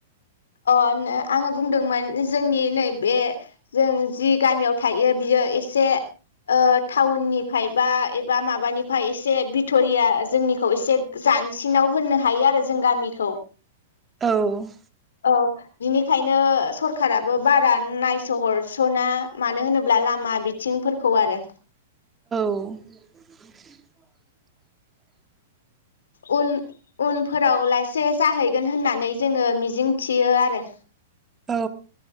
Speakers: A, on the left (about 80°); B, on the right (about 20°).
A: अ आंङो - आंङो बुंदोंमोन जोंनि नैबे जों जि गामियाव थायो बियो एसे ओ टाउननिफ्राय बा एबा माबानिफ्राय एसे भिट'रिया जोंनिखौ एसे जानसिनाव होननो हायो आरो जों गामिखौ।
B: औ।
A: औ बिनिखायनो सरखाराराबो बारा नायसहरसना मानो होनोब्ला लामा बिथिंफोरखौ आरो।
B: औ। <inaudible>
A: उन उनफोराव लासे जाहैगोन होननानै जोंङो मिजिं थियो आरो।
B: औ